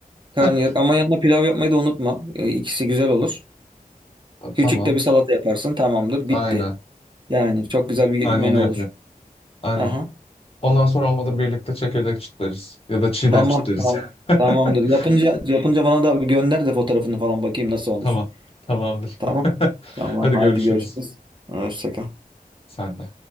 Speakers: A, on the right; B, on the left.
A: Karnıyarık
B: <laughs>
A: ama yanına pilav yapmayı da unutma. E, İkisi güzel olur. Küçük
B: Tamam.
A: de bir salata yaparsın. Tamamdır.
B: Aynen.
A: Bitti. Yani çok güzel bir
B: Aynen
A: menü
B: onu yapıyorum.
A: olur.
B: Aynen.
A: Aha.
B: Ondan sonra olmadı birlikte çekirdek çitleriz. Ya da çiğdem
A: Tamam.
B: çitleriz.
A: tamam. Tamamdır.
B: <laughs>
A: Yapınca yapınca bana da gönder de fotoğrafını falan bakayım nasıl olmuş.
B: Tamam. Tamamdır.
A: Tamam.
B: <laughs>
A: Tamam.
B: Hadi
A: Haydi
B: görüşürüz.
A: görüşürüz. Hoşça kal.
B: Sen de.